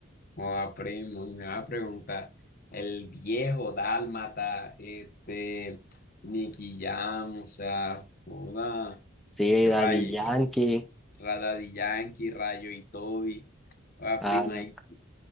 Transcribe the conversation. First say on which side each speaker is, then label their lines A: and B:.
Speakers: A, on the left; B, in the centre.
A: Joda, primo, me va a preguntar, el viejo dálmata, este, Nicky Jam, o sea, joda,
B: Sí,
A: Ray,
B: Daddy Yankee,
A: Ra- Daddy Yankee, Rayo y Toby, joda,
B: Ah,
A: prima, hay,